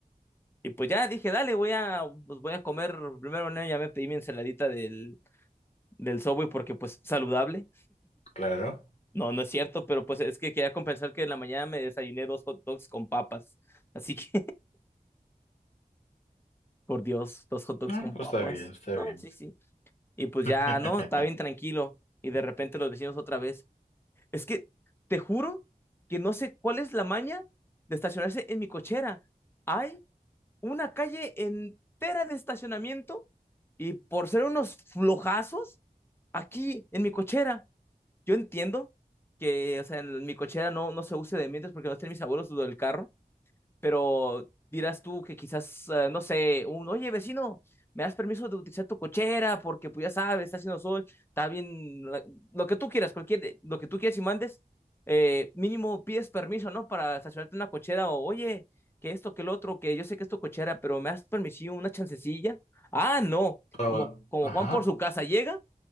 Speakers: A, on the left (about 15°); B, on the left (about 45°).
A: Y pues ya dije, dale, voy a, pues voy a comer. Primero, no, ya me pedí mi ensaladita del, del Subway porque pues saludable.
B: Claro.
A: No, no es cierto, pero pues es que quería compensar que en la mañana me desayuné dos hot dogs con papas. Así que, <laughs> por Dios, dos hot dogs
B: Ah,
A: con
B: pues
A: papas.
B: está bien, está
A: No,
B: bien.
A: sí, sí. Y pues
B: <laughs>
A: ya, no, estaba bien tranquilo. Y de repente los vecinos otra vez. Es que, te juro que no sé cuál es la maña de estacionarse en mi cochera. Hay una calle entera de estacionamiento y por ser unos flojazos, aquí en mi cochera Yo entiendo que, o sea, en mi cochera no, no se use de mientras porque no estén mis abuelos lo del carro, pero dirás tú que quizás, eh, no sé, un, oye, vecino, ¿me das permiso de utilizar tu cochera? Porque pues ya sabes, está haciendo sol, está bien, la- lo que tú quieras, cualquier, lo que tú quieras y mandes, eh, mínimo pides permiso, ¿no? Para estacionarte en una cochera o, oye, que esto, que el otro, que yo sé que es tu cochera, pero ¿me das permiso, una chancecilla? Ah, no,
B: Oh,
A: como, como
B: ajá.
A: Juan por su casa llega.